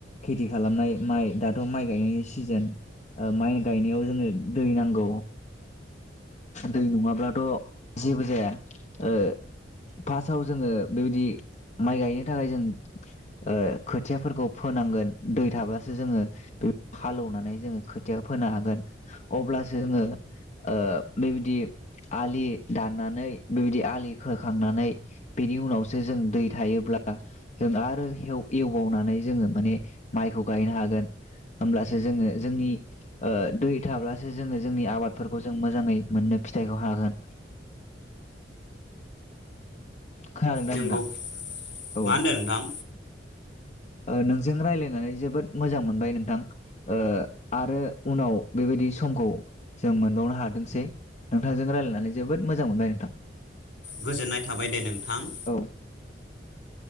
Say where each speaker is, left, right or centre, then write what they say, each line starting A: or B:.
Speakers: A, on the left; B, on the left.
A: खेथि खालामनाय माइ दाथ' माइ गायनायनि सिजोन ओ माइ गायनायाव जोङो दै नांगौ दै नङाब्ला थ' जेबो जाया ओ फार्स्टआव जोङो बेबायदि माइ गायनो थाखाय जों ओ खोथियाफोरखौ फोनांगोन दै थाब्लासो जोङो बे हालौवनानै जोङो खोथिया फोनो हागोन अब्लासो जोङो ओ बेबायदि आलि दाननानै बेबायदि आलि खोखांनानै बेनि उनावसो जों दै थायोब्ला जों आरो एवबावनानै जोङो माने माइखौ गायनो हागोन होमब्लासो जोङो जोंनि दै ओ थाब्लासो जोङो जोंनि आबादफोरखौ जों मोजाङै मोननो फि थाइखौ हागोन खोनादोंदा
B: नंगौ
A: नोंथां
B: मा होनदों नोंथां
A: ओ नोंजों रायलायनानै जोबोद मोजां मोनबाय नोंथां ओ आरो उनाव बेबायदि समखौ जों मोनबावनो हाथोंसै नोंथांजों रायलायनानै जोबोद मोजां मोनबाय नोंथां
B: गोजोननाय थाबाय दे नोंथां
A: औ